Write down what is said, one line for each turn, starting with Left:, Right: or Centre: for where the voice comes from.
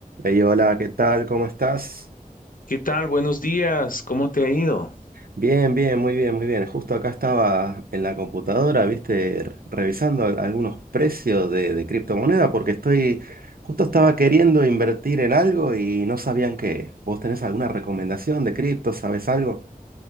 Right: Ey, hola, ¿qué tal? ¿Cómo estás?
Left: ¿Qué tal? Buenos días. ¿Cómo te ha ido?
Right: Bien, bien, muy bien, muy bien. Justo acá estaba en la computadora, viste, R- revisando al- algunos precios de, de criptomoneda porque estoy, justo estaba queriendo invertir en algo y no sabían qué. ¿Vos tenés alguna recomendación de cripto? ¿Sabes algo?